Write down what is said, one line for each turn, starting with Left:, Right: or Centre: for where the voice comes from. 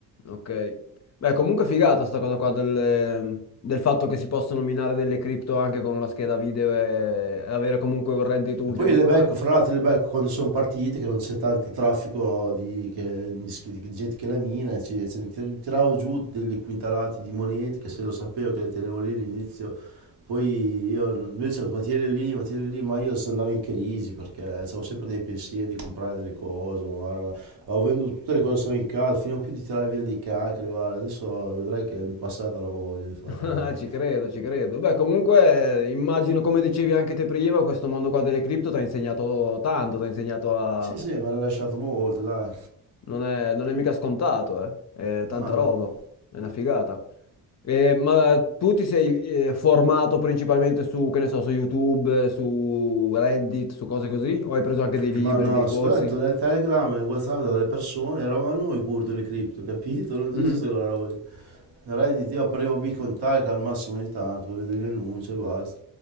Left: Ok. Beh, comunque figata sta cosa qua del, del fatto che si possono minare delle cripto anche con una scheda video e avere comunque un reddito ulteriore.
Right: E poi le becco,
Left: <laughs>
Right: fra l'altro le becco quando sono partite, che non c'è tanto traffico di, che- di sch- di gente che la mina, ci, ce ne tir- tiravo giù delle quintalate di monete, che se lo sapevo che le tenevo lì all'inizio, poi io, lui diceva, ma tienile lì, ma tienile lì, ma io se andavo in crisi perché avevo sempre dei pensieri di comprare delle cose, guarda, avevo venduto tutte le cose che avevo in casa, finivo più di tirare via dei cacri, guarda, adesso vedrai che mi è passata la voglia di fare quella
Left: Ah,
Right: roba lì.
Left: Ci credo, ci credo. Beh, comunque eh, immagino, come dicevi anche te prima, questo mondo qua delle cripto ti ha insegnato tanto, ti ha insegnato a
Right: Sì, sì, mi ha lasciato molto, dai.
Left: Non è, non è mica scontato, eh. È tanta
Right: No, no,
Left: roba,
Right: no.
Left: è una figata. Eh, ma tu ti sei eh, formato principalmente su, che ne so, su YouTube, eh, su Reddit, su cose così? O hai preso anche dei libri,
Right: No, no,
Left: dei corsi?
Right: sono detto nel Telegram, nel WhatsApp delle persone, eravamo noi gurdo le cripto, capito? Non
Left: Mhm.
Right: esiste quella roba lì. Reddit, io aprivo Bitcoin Talk al massimo ogni tanto, per vedere gli annunci e basta.